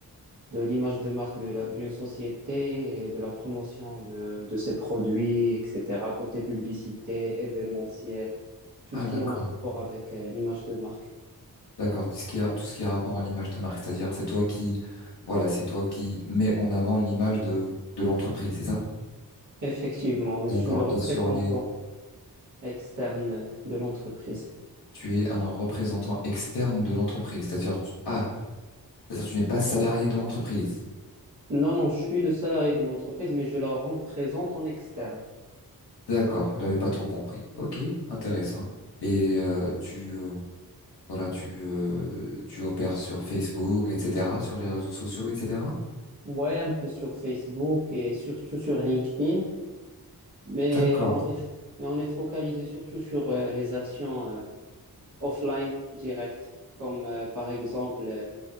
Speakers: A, on the right; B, on the left.
A: de l'image de marque de la- d'une société et de la promotion de, de ses produits, etc. Côté publicité, événementiel, tout
B: Ah,
A: ce qui
B: d'accord.
A: est en rapport avec euh, l'image de marque.
B: D'accord. Tout ce qui a, tout ce qui a rapport à l'image de marque, c'est-à-dire, c'est toi qui, voilà, c'est toi qui mets en avant l'image de, de l'entreprise, c'est ça?
A: Effectivement, oui,
B: D'accord.
A: je suis le représentant
B: Et sur les,
A: externe de l'entreprise.
B: tu es un représentant externe de l'entreprise, c'est-à-dire, tu- ah, c'est-à-dire, tu n'es pas salarié de l'entreprise.
A: Non, non, je suis le salarié d'une entreprise, mais je la représente en externe.
B: D'accord, j'avais pas trop compris. Ok, intéressant. Et euh, tu euh, voilà, tu euh, tu opères sur Facebook, etc., sur les réseaux sociaux, etc.
A: Ouais, un peu sur Facebook et surtout sur LinkedIn, mais
B: D'accord.
A: on est, mais on est focalisé surtout sur euh, les actions euh, offline directes, comme euh, par exemple euh,